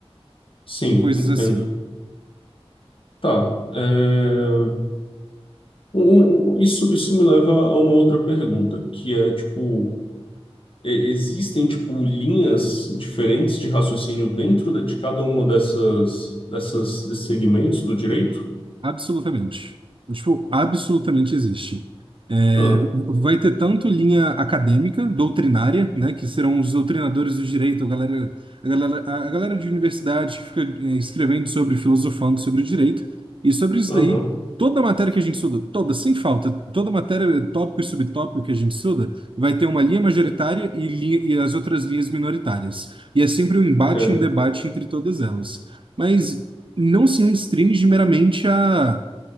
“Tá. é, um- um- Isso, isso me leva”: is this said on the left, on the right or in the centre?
Left